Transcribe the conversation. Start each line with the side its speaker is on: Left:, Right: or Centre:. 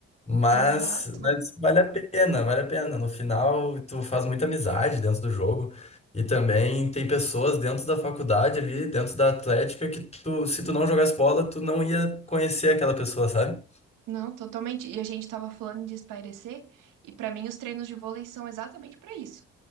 Left: Mas,
Right: exato.
Left: mas vale a pena, vale a pena. No final, tu faz muita amizade dentro do jogo. E também tem pessoas dentro da faculdade ali, dentro da Atlética, que tu, se tu não jogasse bola, tu não ia conhecer aquela pessoa, sabe?
Right: Não, totalmente. E a gente estava falando de espairecer, e para mim os treinos de vôlei são exatamente para isso.